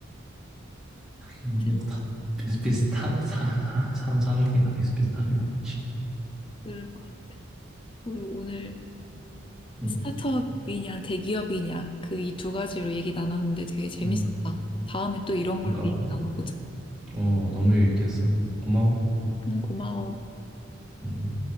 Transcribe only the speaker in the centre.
근데
뭐 다 비슷비슷하 사, 사- 사람 사는 게 다 비슷비슷하긴 하겠지.
응,
응.
그러니까
어 너무 유익했어. 고마워.
음.